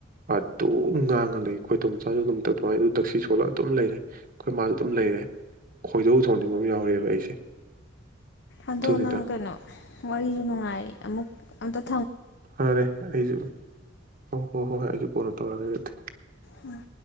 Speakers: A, on the right; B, on the left.
A: ꯑꯗꯨꯝ ꯉꯥꯡꯉ ꯂꯩ ꯈꯣꯏꯇꯣꯝ ꯃꯆꯥꯁꯨ ꯑꯗꯨꯝ ꯑꯗꯨꯃꯥꯏꯅ ꯑꯗꯨ ꯇꯛꯁꯤ ꯁꯣꯜꯂꯒ ꯑꯗꯨꯝ ꯂꯩꯔꯦ ꯑꯩꯈꯣꯏ ꯃꯥꯁꯨ ꯑꯗꯨꯝ ꯂꯩꯔꯦ ꯈꯣꯏꯗꯧ ꯁꯣꯡꯅꯤꯡꯕ ꯑꯃ ꯌꯥꯎꯔꯤꯑꯕ ꯑꯩꯁꯦ
B: ꯑꯗꯣ
A: ꯑꯗꯨꯅꯤꯗ
B: ꯅꯡ ꯀꯩꯅꯣ ꯋꯥꯔꯤꯁꯨ ꯅꯨꯡꯉꯥꯏ ꯑꯃꯨꯛ ꯑ <unintelligible>
A: ꯐꯔꯦ ꯑꯩꯁꯨ ꯍ ꯍꯣ ꯍꯣꯏ ꯍꯣꯏ ꯀꯣꯟꯅ ꯇꯧꯔꯒ ꯑꯗꯨꯗꯤ
B: ꯎꯝ